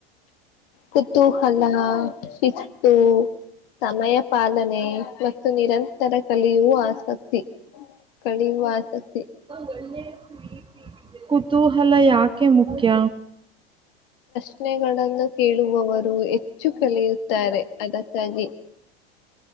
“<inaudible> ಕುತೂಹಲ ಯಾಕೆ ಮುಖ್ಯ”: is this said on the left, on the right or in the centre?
Right